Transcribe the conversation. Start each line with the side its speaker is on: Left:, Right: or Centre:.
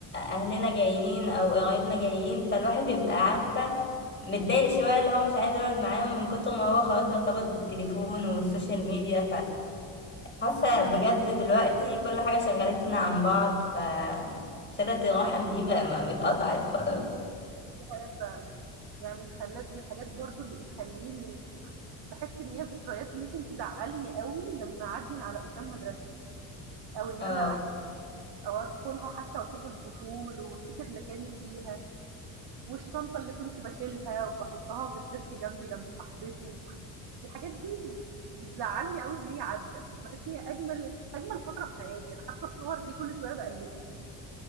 Left: أهلنا جايين أو قرايبنا جايين فالواحد بيبقى عارفة متضايق
Right: هي
Left: شوية اللي هو مش عايز يقعد معاهم من كتر ما هو خلاص ارتبط بالتليفون والسوشيال ميديا فحاسة بجد دلوقتي كل حاجة شغلتنا عن بعض ف صلة الرحم دي بقى ما اتقطعت خلاص
Right: دي حاجة ف يعني من خلّت من الحاجات برضه اللي بتخلّيني باحس إن هي ذكريات ممكن تزعّلني أوي لمّا أعدّي من على قدّام مدرستي، أو إن
Left: اه
Right: أنا أعدّي أو أدخلها حتى وأشوف الفصول وأفتكر مكاني فيها، والشنطة اللي كنت باشيلها وباحطها في الديسك جنبي جنب صاحبتي، الحاجات دي بتزعّلني أوي إن هي عدّت، كنت باحس إن هي أجمل أجمل فترة في حياتي، أنا حتى الصور دي كل شوية باقلّبها